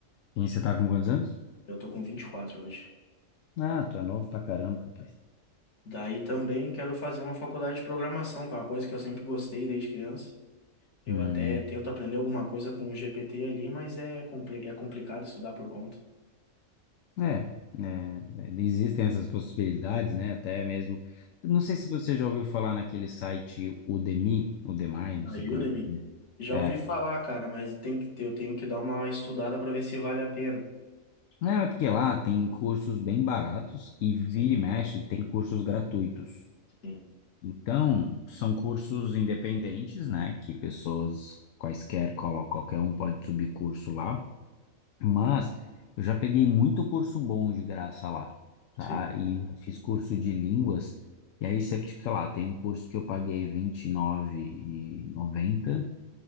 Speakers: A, on the left (about 75°); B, on the left (about 55°).
A: E você tá com quantos anos?
B: Eu tô com 24 hoje.
A: Ah, tu é novo pra caramba, rapaz.
B: Daí também quero fazer uma faculdade de programação, que é uma coisa que eu sempre gostei desde criança. Eu
A: Uhum.
B: até tento aprender alguma coisa com o GPT ali, mas é, compli é complicado estudar por conta.
A: É, né, existem essas possibilidades, né? Até mesmo. Não sei se você já ouviu falar naquele site Udemy, Udemy, não
B: A
A: sei
B: Udemy,
A: como é que.
B: já
A: É.
B: ouvi falar, cara, mas tem que ter, eu tenho que dar uma estudada pra ver se vale a pena.
A: Não, é porque lá tem cursos bem baratos e vira
B: Sim,
A: e mexe tem cursos gratuitos.
B: sim,
A: Então, são cursos independentes, né? Que pessoas quaisquer, colo- qualquer um pode subir curso lá. Mas eu já peguei muito curso bom de graça lá, tá?
B: sim,
A: E já fiz curso de línguas. E aí sempre, tipo, sei lá, tem um curso que eu paguei R$29,90 e nove e noventa